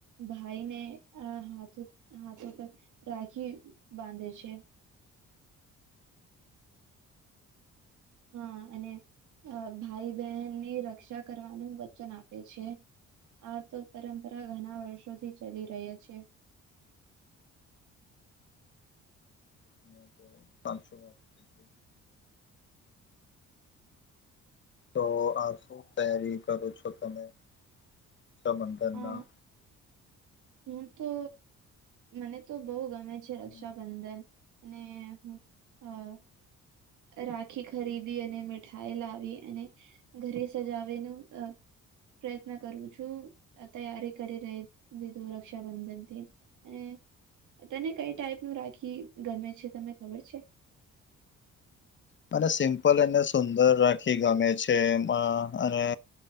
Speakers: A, on the right (about 75°); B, on the left (about 40°).
A: ભાઈને આ હાથ ઉ હાથ ઉપર રાખી બાંધે છે. હા અને અ ભાઈ બહેનની રક્ષા કરવાનું વચન આપે છે. આ તો પરંપરા ઘના વર્ષોથી ચાલી રહ્યા છે.
B: <unintelligible> તો આ શું તયારી કરો છો તમે રક્ષાબંધન
A: અ
B: ના?
A: હું તો મને તો બોહ ગમે છે રક્ષાબંધન.
B: હમ.
A: અને હું હ રાખી ખરીદી અને મીઠાઈ લાવીએ અને ઘરે સજાવે નું અ પ્રયત્ન કરું છું. તૈયારી કરી રહી દીધું રક્ષાબંધનથી અને તને કઈ ટાઈપ નું રાખી ગમે છે તમને ખબર છે?
B: મને સિમ્પલ અને સુંદર રાખી ગમે છે એમાં અને